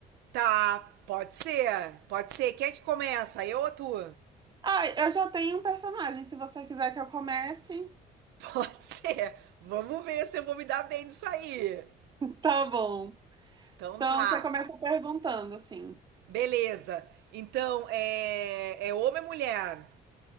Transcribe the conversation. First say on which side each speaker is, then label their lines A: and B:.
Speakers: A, on the right (about 80°); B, on the right (about 25°).
A: Tá, pode ser, pode ser. Quem é que começa? Eu ou tu?
B: Ai, eu já tenho um personagem, se você quiser que eu comece.
A: <laughs> Pode ser. Vamos ver se eu vou me dar bem nisso aí.
B: Tá bom.
A: Então
B: Então
A: tá.
B: você começa perguntando assim.
A: Beleza. Então, é, é homem ou mulher?